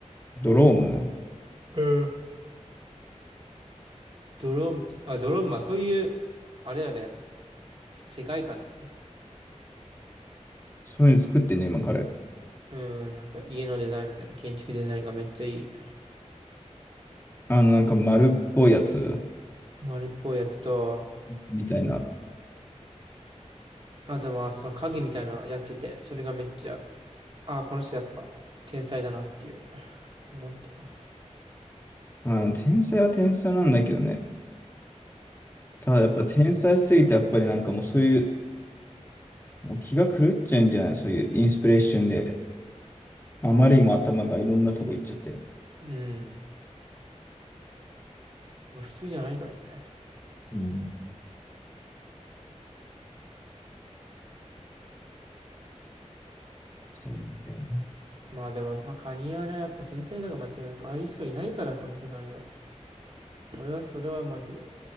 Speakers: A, on the left; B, on the right.
A: ドローム
B: うん。ドロームち、あ、ドロームはそういう、あれだね、世界観だよね。
A: そういうの作ってんね、今彼。
B: うん、なんか家のデザインみたいな、建築デザインがめっちゃいい。
A: あの、なんか丸っぽいやつ
B: 丸っぽいやつと、
A: みたいな。
B: あとまあその影みたいなのやってて、それがめっちゃ、あ、この人やっぱ天才だなっていう、思ったわ。
A: あの、天才は天才なんだけどね。ただやっぱ天才すぎて、やっぱりなんかもうそういうもう気が狂っちゃうんじゃないそういうインスピレーションで。あまりにも頭がいろんなとこ行っちゃって。
B: うん。まあ普通じゃないからね。
A: うん。そうなんだよね。
B: まあでも、たカニはね、やっぱ天才だが間違いなく、ああいう人いないから、この世界には。俺はそれはマジで。